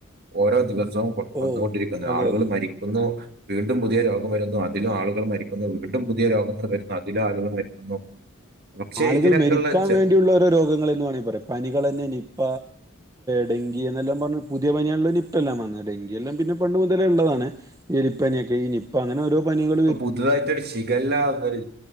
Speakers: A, on the right; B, on the right.
A: ഓരോ ദിവസവും കൊ കൊന്നുകൊണ്ടിരിക്കുന്നു
B: ഓ അതെ
A: ആളുകള്
B: അതെ
A: മരിക്കുന്നു വീണ്ടും പുതിയ രോഗം വരുന്നു അതിലും ആള് ളുകള് മരിക്കുന്നു വീണ്ടും പുതിയ രോഗങ്ങള് വരുന്നു അതിലും ആളുകള് മരിക്കുന്നു പക്ഷെ
B: ആളുകൾ
A: ഇതിനൊക്കെയുള്ള
B: മരിക്കാൻ
A: ചെ-
B: വേണ്ടിയുള്ളോരോ രോഗങ്ങളെന്ന് വാണെങ്കി പറയാ പനികളെന്നെ നിപ്പ ഡെങ്കി എന്നെല്ലാം പർഞ്ഞ് പുതിയ പനികള് നിപ്പെല്ലാം വന്ന് ഡെങ്കിയെല്ലാം പിന്നെ പണ്ട് മുതലേ ഉള്ളതാണ് എലിപ്പനിയൊക്കെ ഈ നി പ്പങ്ങനോരോ പനികള്
A: പ്പ പുതുതായിട്ടൊരു ഷിഗല്ല ന്നൊരു